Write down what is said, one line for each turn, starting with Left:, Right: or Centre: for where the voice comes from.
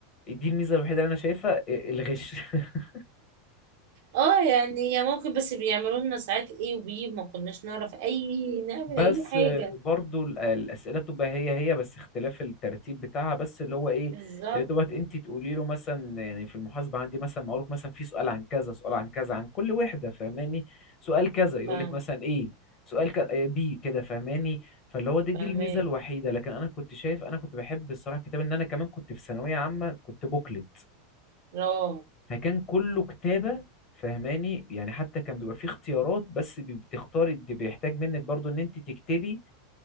Left: دي الميزه الوحيده اللي انا شايفها الغش <laughs>
Right: اه يعني يا ممكن بس بيعملوا لنا ساعات ايه وبي ما كناش نعرف اي نعمل
Left: بس
Right: اي حاجه
Left: آه، برضو ال- الأسئلة بتبقى هي هي بس اختلاف الترتيب بتاعها بس اللي هو ايه
Right: بالظبط
Left: اللي دوت انت تقولي له مثلا يعني في المحاسبة عندي مثلا معروف مثلا في سؤال عن كذا سؤال عن كذا عن كل وحدة فاهماني سؤال كذا يقول
Right: فاهم
Left: لك مثلا ايه سؤال ك... آه، بي كده فاهماني فاللي هو دي دي
Right: فاهمين
Left: الميزة الوحيدة لكن انا كنت شايف انا كنت بحب الصراحة الكتاب ان انا كمان كنت في ثانوية عامة كنت بوكلت
Right: اه
Left: فكان كله كتابة فاهماني يعني حتى كان بيبقى فيه اختيارات بس بتختاري بيحتاج منك برضو ان انت تكتبي